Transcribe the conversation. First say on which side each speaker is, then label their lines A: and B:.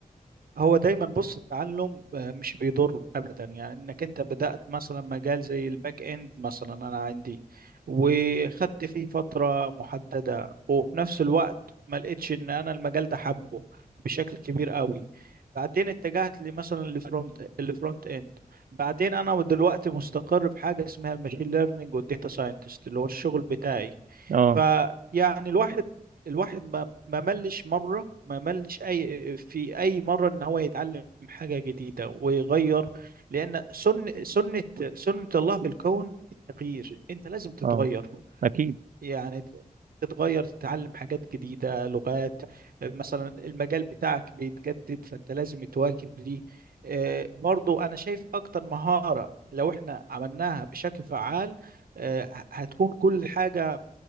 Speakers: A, on the right (about 85°); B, on the right (about 65°).
A: هو دايما بص التعلم آه، مش بيضر ابدا يعني انك انت بدأت مثلا مجال زي الباك اند مثلا انا عندي وخدت فيه فترة محددة وفي نفس الوقت ما لقيتش ان انا المجال ده حبه بشكل كبير قوي بعدين اتجهت لمثلا الفرونت الفرونت اند بعدين انا دلوقتي مستقر في حاجة اسمها الماشين ليرنينج والديتا ساينتست اللي هو الشغل بتاعي
B: اه
A: فيعني الواحد الواحد ما ما ملش مرة ما ملش أي في أي مرة إن هو يتعلم حاجة جديدة ويغير لأن سن سنة سنة الله في الكون التغيير أنت لازم تتغير
B: اه اكيد
A: يعني ت- تتغير تتعلم حاجات جديدة لغات مثلا المجال بتاعك بيتجدد فأنت لازم تواكب ليه آه، برضو أنا شايف أكتر مهارة لو إحنا عملناها بشكل فعال آه، هتكون كل حاجة